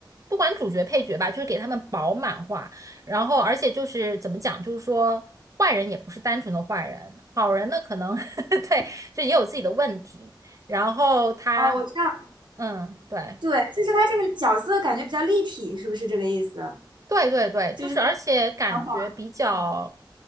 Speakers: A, on the right; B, on the right.
A: 不管主角配角吧，就是给他们饱满化。然后，而且就是怎么讲，就是说坏人也不是单纯的坏人，好人呢可能 <laughs> 对，就也有自己的问题。然后他，
B: 哦，我知道，
A: 嗯，对。
B: 对，就是他这个角色感觉比较立体，是不是这个意思？
A: 对对对，就是而且感觉比较，
B: 就是他很好玩，嗯，